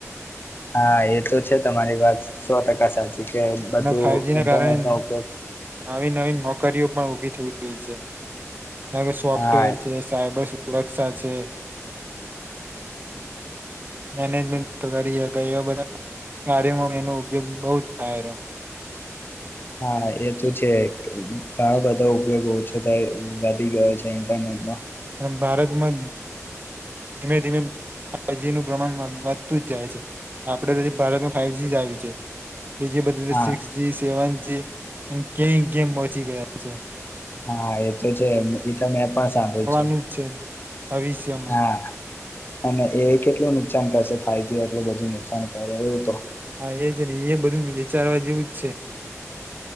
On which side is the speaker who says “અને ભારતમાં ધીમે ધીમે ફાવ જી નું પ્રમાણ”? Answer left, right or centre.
Right